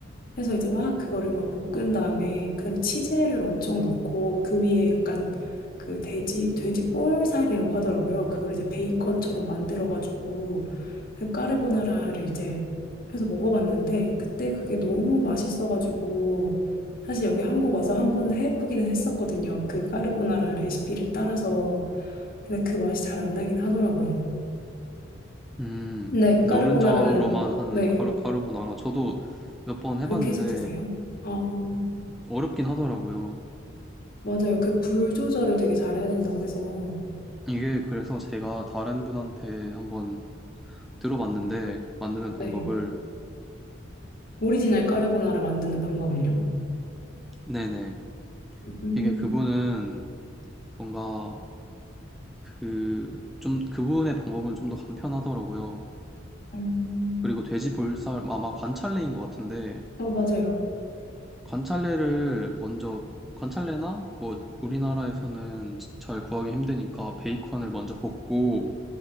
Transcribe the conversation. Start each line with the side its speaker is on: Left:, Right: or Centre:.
Left: 해서 이제 막 그거를 막 볶은 다음에 그다음에 치즈를 엄청 넣고 그 위에 약간 그 돼지 돼지 볼살이라고 하더라고요. 그걸 이제 베이컨처럼 만들어 가지고 그 까르보나라를 이제 해서 먹어봤는데 그때 그게 너무 맛있어 가지고 사실 여기 한국 와서 한번 해보기는 했었거든요. 그 까르보나라 레시피를 따라서 근데 그 맛이 잘 안 나긴 하더라고요.
Centre: 음,
Left: 근데
Centre: 노른자로만
Left: 까르보나라는
Centre: 하는
Left: 네
Centre: 까르, 까르보나라 저도 몇 번 해봤는데
Left: 그렇게 해서 드세요? 어,
Centre: 어렵긴 하더라고요.
Left: 맞아요. 그 불 조절을 되게 잘해야 된다고 해서,
Centre: 이게 그래서 제가 다른 분한테 한번 들어봤는데 만드는 방법을
Left: 네. 오리지널 까르보나라 만드는 방법을요?
Centre: 네네
Left: 음,
Centre: 이게 그분은 뭔가 그 좀 그분의 방법은 좀 더 간편하더라고요.
Left: 음,
Centre: 그리고 돼지 볼살 아, 아마 관찰레인 것 같은데
Left: 어, 맞아요.
Centre: 관찰레를 먼저 관찰레나 뭐 우리나라에서는 잘 구하기 힘드니까 베이컨을 먼저 볶고